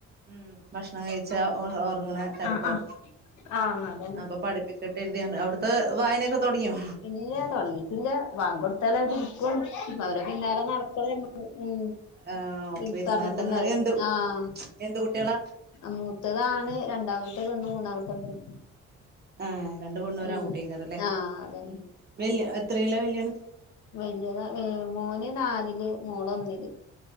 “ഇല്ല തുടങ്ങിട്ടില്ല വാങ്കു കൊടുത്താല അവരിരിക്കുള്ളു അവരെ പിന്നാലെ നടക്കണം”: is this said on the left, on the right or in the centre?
Left